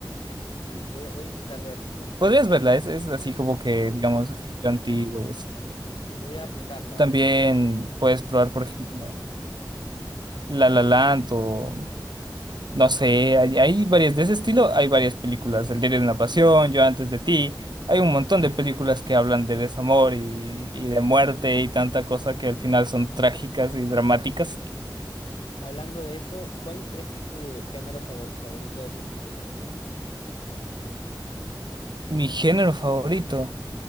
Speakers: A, on the left (about 85°); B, on the right (about 65°).
A: Sí, voy a, voy a intentar verlo entonces,
B: Podrías
A: se va-
B: verla, es, es así como que, digamos, estilo antiguo. y así.
A: voy a apuntarla,
B: También
A: a ver.
B: puedes probar, por ejemplo, La La Land o, no sé, hay, hay varias de ese estilo, hay varias películas, El diario de una pasión, Yo antes de ti, hay un montón de películas que hablan de desamor y, y de muerte y tanta cosa que al final son trágicas y dramáticas.
A: Hablando de eso, ¿cuál crees que es tu género favo- favorito de películas?
B: Mi género favorito,